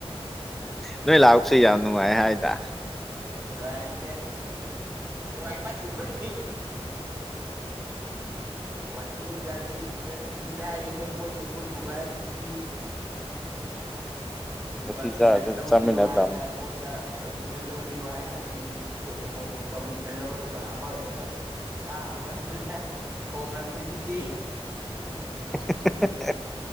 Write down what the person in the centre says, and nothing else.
ꯅꯣꯏ ꯂꯥꯛꯄꯁꯨ ꯌꯥꯝ ꯅꯨꯡꯉꯥꯏ ꯍꯥꯏꯗ
ꯎꯊꯤ
ꯆꯥꯔꯁꯨ
ꯆꯥꯃꯤꯟꯅ
ꯇꯥꯕꯅꯤ
<unintelligible>